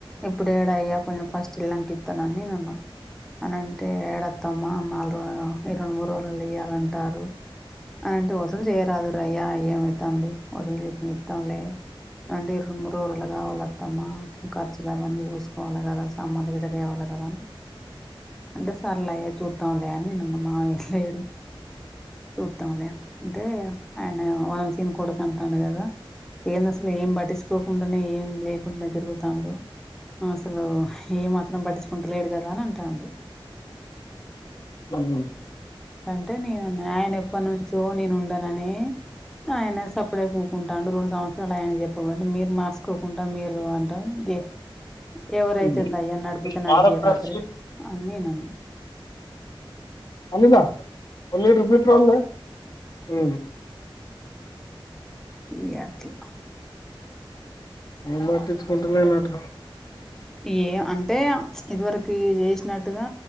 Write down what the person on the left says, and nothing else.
ఉహు
ఉమ్.
ఆడపిల్లలకి
అల్లిందా ఓ లీటరు పెట్రోల్ ఉ
మేం పట్టించుకుంట లేనంట